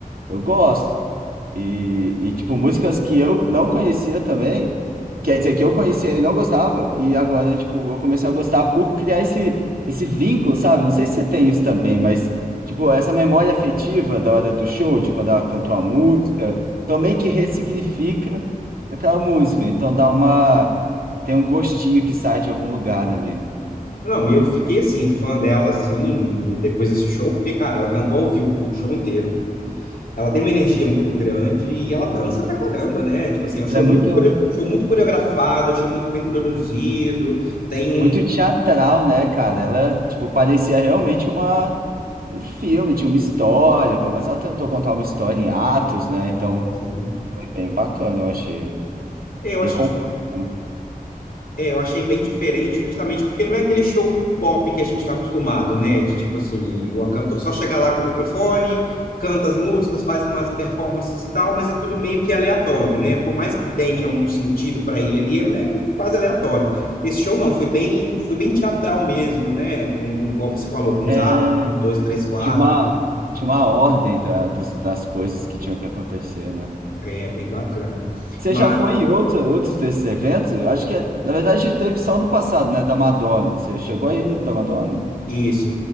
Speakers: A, on the right (about 75°); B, on the left (about 75°).
A: eu gosto. E, e, tipo, músicas que eu não conhecia também, quer dizer, que eu conhecia e não gostava, e agora, tipo, eu comecei a gostar por criar esse, esse vínculo, sabe? Não sei se você tem isso também, mas, tipo, essa memória afetiva da hora do show, de quando ela cantou a música, também que ressignifica aquela música. Então dá uma. Tem um gostinho que sai de algum lugar ali.
B: Não, e eu fiquei assim, fã dela, assim, depois desse show, porque, cara, ela cantou ao vivo o show inteiro. Ela tem uma energia muito grande e ela dança pra caramba, né? Tipo assim, é um show
A: Ela é muito,
B: muito, core- um show muito coreografado, é um show muito bem produzido, tem um.
A: muito teatral, né, cara? Ela, tipo, parecia realmente uma um filme, tinha uma história, pô, mas ela tentou contar uma história em atos, né? Então
B: Sim.
A: foi bem bacana, eu achei.
B: Eu
A: Bem
B: achei
A: completo, né?
B: É, eu achei bem diferente, justamente porque não é aquele show pop que a gente está acostumado, né? De tipo assim, o cantor só chega lá com o microfone, canta as músicas, faz umas performances e tal, mas é tudo meio que aleatório, né? Por mais que tenha um sentido para ele ali, é é quase aleatório. Esse show não, foi bem, foi bem teatral mesmo, né? Com, como você falou, com
A: É,
B: os atos, um, dois, três, quatro.
A: tinha uma, tinha uma ordem da, dos- das coisas que tinham que acontecer, né?
B: É, bem bacana.
A: Você
B: Mas
A: já foi em outro, outros desses eventos? Eu acho que, na verdade, teve só no passado, né? Da Madonna. Você chegou aí no da Madonna?
B: isso,